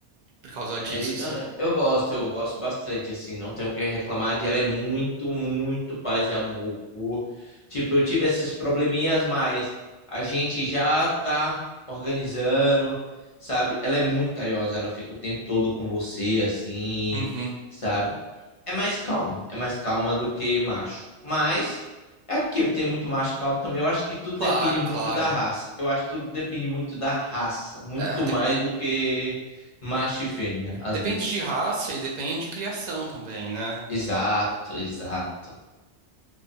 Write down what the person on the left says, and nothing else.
É,
e-
não, é- eu gosto, eu gosto bastante, assim, não tenho o que reclamar de ela, é muito, muito paz e amor. Tipo, eu tive esses probleminhas, mas a gente já tá organizando, sabe? Ela é muito carinhosa, ela fica o tempo todo com você, assim,
sabe? É mais calma, é mais calma do que macho. Mas é aquilo, tem muito macho calmo também. Eu acho que tudo
depende muito
da raça. Eu acho que tudo depende muito da raça, muito
mais do que macho e fêmea, às
vezes.
Exato, exato.